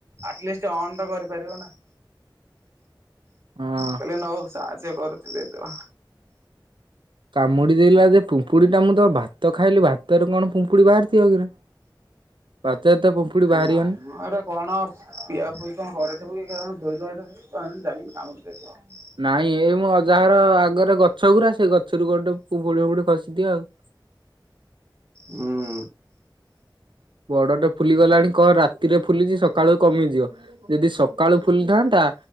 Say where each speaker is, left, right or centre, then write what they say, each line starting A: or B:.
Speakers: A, on the right (about 35°); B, on the right (about 80°).
A: ଆଟଲିଷ୍ଟ ଅନ୍ ତ କରିପାରିବ ନା।
B: ହଁ
A: କହିଲେ ନୋଉ ସାହାଜଯ୍ୟ କରଚି ଦେଇଦବ।
B: କାମୁଡି ଦେଇଲା ଯେ ପୁମ୍ପୁଡିଟା ମୁଁ ତ ଭାତ ଖାଇଲି ଭାତରେ କଣ ପୁମ୍ପୁଡି ବାହାରିଥିବ କିରେ? ଭାତରେ ତ ପିମ୍ପୁଡି ବାହାରିବନି।
A: ନାଇଁ ମୁଁ ଏରା କଣ ପିଆ ପୁଇ କଣ ଘରେ ଥିବୁ କି କାରଣ ଯେ ଯୁଆଡେ <unintelligible>
B: ନାଇଁ ଏଇ ମୁଁ ଅଜାହର ଆଗରେ ଗଛ ଗୁରା ସେଇ ଗଛରୁ ଗୋଟେ ଫୁହୁଡି ଫୁଡି ଖସିଦିଏ ଆଉ।
A: ହୁଁ
B: ବଡଟେ ଫୁଲିଗଲାଣି କଣ ରାତିରେ ଫୁଲିଛି ସକାଳୁ କମିଯିବ। ଯଦି ସକାଳୁ ଫୁଲିଥାଆନ୍ତା